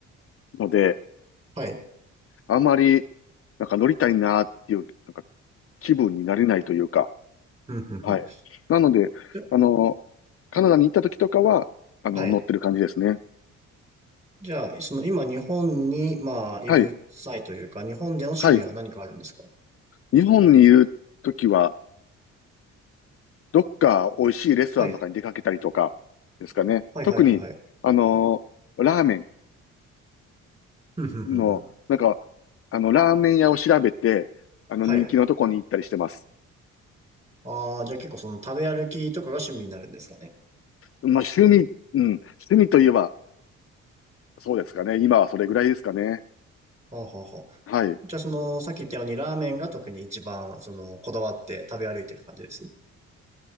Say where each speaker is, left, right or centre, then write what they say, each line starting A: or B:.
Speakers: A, on the left; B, on the right.
A: ので、
B: はい。
A: あまり、なんか乗りたいなっていう、なんか気分になれないというか、
B: うん、うん、
A: はい。
B: うん。
A: なので、
B: じゃ、
A: あの、カナダに行った時とかは、あの、
B: はい。
A: 乗ってる感じですね。
B: じゃあ、その今日本に、まあ、いる際というか、
A: はい。
B: 日本での趣味は何かあるんですか
A: はい。日本にいる時は、どっか美味しいレストランとかに出かけたりとかですかね。
B: はい。はいはいはいはい。
A: 特に、あのーラーメ
B: うん、うん、うん、
A: ンの、
B: うん。
A: なんか、あの、ラーメン屋を調べて、あの、
B: はい。
A: 人気のとこに行ったりしてます。
B: ああ、じゃあ結構その食べ歩きとかが趣味になるんですかね。
A: まあ、趣味、うん、趣味といえば、そうですかね。今はそれぐらいですかね。
B: はあ、はあ、はあ。
A: はい。
B: じゃあ、その、さっき言ったように、ラーメンが特に一番、その、こだわって食べ歩いてる感じです。